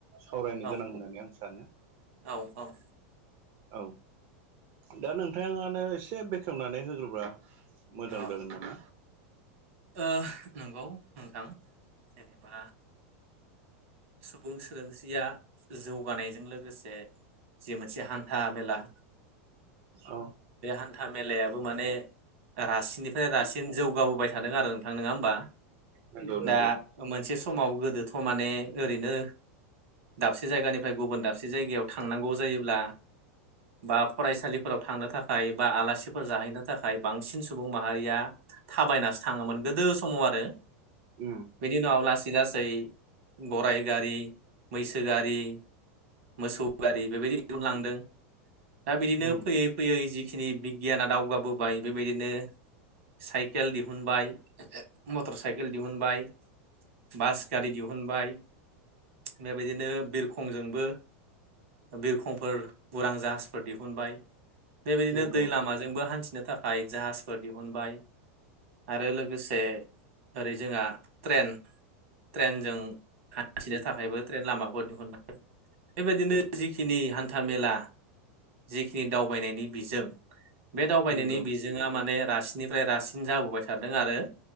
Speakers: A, on the right; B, on the right.
A: सावरायनो
B: औ
A: गोनां होननानै आं सानो
B: औ औ
A: औ दा नोंथाङानो एसे बेखेवनानै होग्रोबा मोजां
B: अ
A: जागोन नामा
B: ओ नंगौ नोंथां जेनेबा सुबुं सोदोमस्रिया जौगानायजों लोगोसे जि मोनसे हान्था-मेला
A: औ
B: बे हान्था-मेलायाबो माने रासिननिफ्राय रासिन जौगाबोबाय थादों आरो नोंथां नोङा होमबा
A: नंगौ नंगौ
B: दा मोनसे समाव गोदोथ' माने ओरैनो दाबसे जायगानि फ्राय गुबुन दाबसे जायगायाव थांनांगौ जायोब्ला बा फरायसालिफोराव थांनो थाखाय बा आलासिफोर जाहैनो थाखाय बांसिन सुबुं माहारिया थाबायनासो थाङोमोन गोदो समाव आरो
A: ओम
B: बेनि उनाव लासै लासै गराइ गारि, मैसो गारि, मोसौ गारि बेबायदि दिहुनलांदों दा बिदिनो
A: उम
B: फैयै फैयै जिखिनि बिगियाना दावगाबोबाय बेबायदिनो साइकेल दिहुनबाय मथर साइकेल दिहुनबाय, बास गारि दिहुनबाय बेबायदिनो बिरखंजोंबो बिरखंफोर उरां जाहाजफोर दिहुनबाय बेबायदिनो
A: नंगौ
B: दै लामाजोंबो हान्थिनो था थाखाय जाहाजफोर दिहुनबाय आरो लोगोसे ओरै जोङा ट्रेन ट्रेनजों हान्थिनो थाखायबो ट्रेन लामाफोर दिहुनबाय बेबायदिनो जिखिनि हान्था-मेला जिखिनि दावबायनायनि बिजों बे दावबायनायनि
A: नंगौ
B: बिजोङा माने रासिननिफ्राय रासिन जाबोबाय थादों आरो